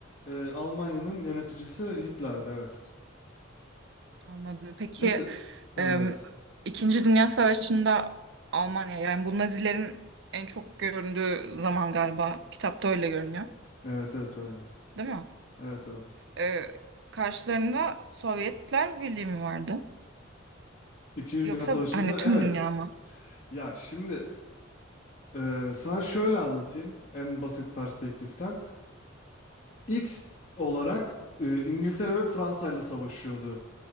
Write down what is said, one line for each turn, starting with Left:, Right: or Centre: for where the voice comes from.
Left: e, Almanya'nın yöneticisi Hitler'di, evet.
Right: Anladım. Peki
Left: Neyse, ha,
Right: em,
Left: evet.
Right: İkinci Dünya Savaşı'nda Almanya yani bu Nazilerin en çok göründüğü zaman galiba kitapta öyle görünüyor,
Left: Evet, evet öyle.
Right: değil mi?
Left: Evet, evet.
Right: E, karşılarında Sovyetler Birliği mi vardı?
Left: İkinci
Right: Yoksa
Left: Dünya Savaşı'nda
Right: hani tüm
Left: evet.
Right: dünya mı?
Left: Ya şimdi e, sana şöyle anlatayım en basit perspektiften. İlk olarak e, İngiltere ve Fransa ile savaşıyordu